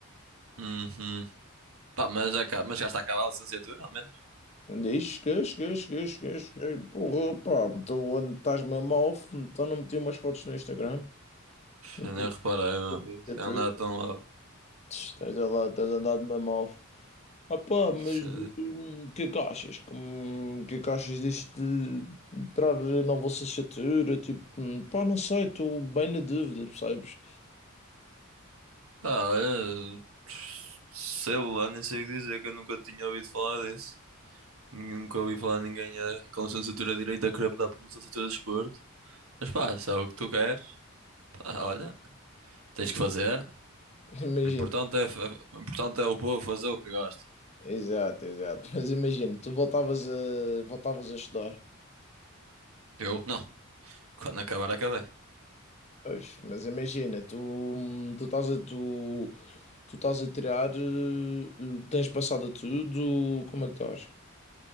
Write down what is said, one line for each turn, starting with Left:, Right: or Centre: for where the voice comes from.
Right: Uhum. Pá, mas, já, ca- mas já está a acabar a licenciatura, ao menos.
Left: Diz, cheguei, cheguei, cheguei, cheguei, cheguei, porra, pá, então estás mesmo off, então não meti umas fotos no Instagram.
Right: Pff,
Left: Não
Right: Nem
Left: tenho
Right: reparei, meu. Se
Left: licenciatura.
Right: andar tão lá.
Left: Estás a lá, estás andado mesmo off. Ah pá, mas
Right: Se...
Left: hum, o que é que achas? Como- O que é que achas disto de entrar na licenciatura? Tipo, hum, pá, não sei, estou bem na dúvida, percebes?
Right: Ah, olha. Sei lá, nem sei o que dizer, que eu nunca tinha ouvido falar disso. Ninguém- Nunca ouvi falar de ninguém eh, com licenciatura de direito a querer mudar para uma licenciatura de desporto. Mas pá, se é o que tu queres, pá, olha, tens que fazer.
Left: <laughs> Imagina,
Right: O importante é, fa- o importante é o povo fazer o que gosta.
Left: exato, exato. Mas imagina, tu voltavas a, voltavas a estudar,
Right: Eu não. Quando acabar, acabei.
Left: pois, mas imagina, tu, hum, tu estás a, tu, tu estás a tirar, eh, tens passado a tudo, como é que estás?